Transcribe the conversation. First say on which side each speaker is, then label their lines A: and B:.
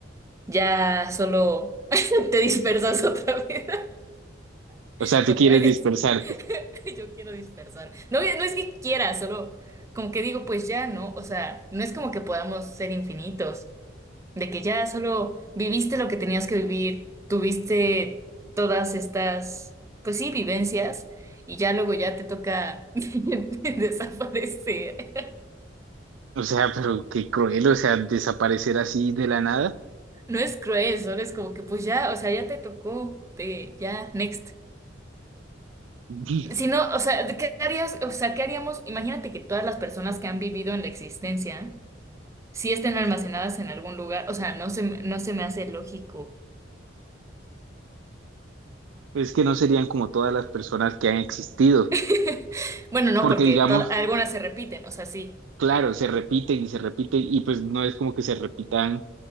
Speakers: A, on the right (about 15°); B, on the right (about 80°).
A: ya solo <laughs> te dispersas otra vez, <laughs>
B: O sea, tú
A: te
B: quieres
A: mueres.
B: dispersarte.
A: <laughs> Yo quiero dispersar. No, no es que quiera, solo como que digo, pues ya, ¿no? O sea, no es como que podamos ser infinitos, de que ya solo viviste lo que tenías que vivir, tuviste todas estas, pues sí, vivencias, y ya luego ya te toca <laughs> desaparecer.
B: O sea, pero qué cruel, o sea, desaparecer así de la nada.
A: No es cruel, solo es como que pues ya, o sea, ya te tocó, te, ya, next.
B: <laughs>
A: Si no, o sea, ¿qué harías? O sea, ¿qué haríamos? Imagínate que todas las personas que han vivido en la existencia sí estén almacenadas en algún lugar, o sea, no se, me- no se me hace lógico.
B: Es que no serían como todas las personas que han existido,
A: <laughs> Bueno, no,
B: porque
A: porque
B: digamos,
A: to- algunas se repiten, o sea, sí.
B: claro, se repiten y se repiten y pues no es como que se repitan